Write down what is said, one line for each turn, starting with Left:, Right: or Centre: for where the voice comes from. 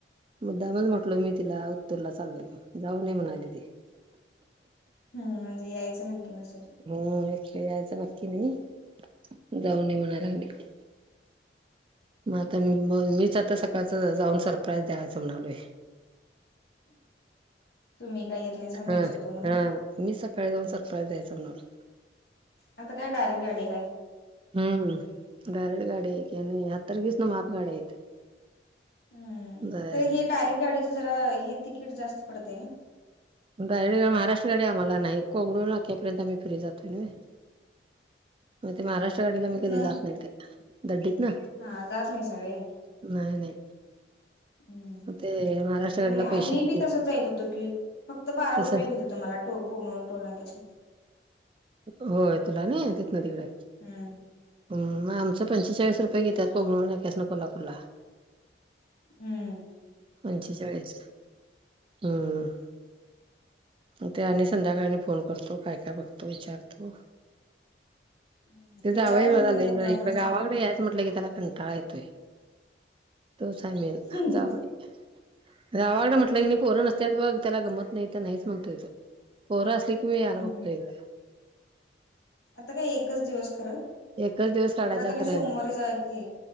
Right: मुद्दामच म्हटलो मी तिला उत्तरला चाललोय म्हणून, जाऊ ये म्हणाली ती.
Left: हम् म्हणजे, यायचं नक्की नसेल
Right: हम एक यायचं नक्की नाही, जाऊन ये म्हणायल लागली. मग आता म मीच आता सकाळच, जाऊन सरप्राईज द्यायचं म्हणालोय.
Left: तुम्ही काय येत नाहीसा, मीच
Right: हा
Left: येतोय म्हणून
Right: हा मी सकाळी जाऊन, सरप्राईज द्यायं म्हंटलं.
Left: आता काय, डायरेक्ट गाडी आहे.
Right: हम्म डायरेक्ट गाडी्या, आहे की आणि हतारखीस ना मापगाड्या आहेत.
Left: हम्म
Right: जाय
Left: तर हे डायरेक्ट गाडीच जरा, हे तिकीट जास्त पडते नी.
Right: महाराष्ट्र गाडी आम्हाला नाही, कोड्यापर्यंत आम्ही फ्री जातोय. म ते महाराष्ट्र गाडीला
Left: कुठनं
Right: मी कधी जात नाही, ते दडडीत ना
Left: हा अजात नाहीसा होय?
Right: नाही नाही
Left: हम्
Right: मग ते महाराष्ट्र गाडीला
Left: आणि
Right: पैसे
Left: मी बी,
Right: किती
Left: तसच येत होतो की. फक्त बारा
Right: तसं
Left: रुपये घेत होतो मला, टोल कोकण टोल नाही त्या असून
Right: होय, तुला नाही तथ ना तिकडे.
Left: हम्म.
Right: आमं पंचेचाळीस रुपये घेतात, कबनूर नाक्यासनं कोल्हापूरला.
Left: हम्.
Right: पंचेचाळीस हम्म. मग ते आणि संध्याकाळनी फोन करतो, काय काय बघतो विचारतो. हो.
Left: हम्म,
Right: ते
Left: विचारायचं
Right: जावई मला
Left: नाही
Right: <unintelligible>
Left: गप जाऊनच
Right: इकड गावाकडे
Left: टाकाय
Right: याच अस म्हटलं की त्याला कंटाळा येतोय. तो सांगेल
Left: हम्म
Right: जावई गावाकडं म्हटलं की नाही पोर नसत्यात बघ त्याला गमत नाही इथं नाहीच म्हणतोय त्यो. पोरं असली की, मी यायला
Left: हम्म
Right: बघतो इकडे.
Left: आता काय एकच दिवस खर
Right: एकच दिवस काढायचा
Left: परत आणि
Right: खरं
Left: सोमवारी जाईल कि